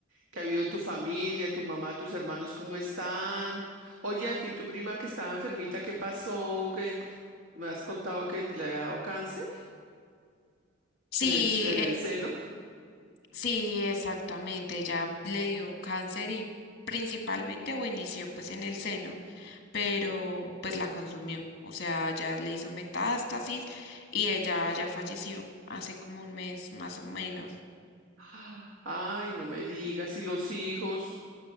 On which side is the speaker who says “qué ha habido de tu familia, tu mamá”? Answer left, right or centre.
Right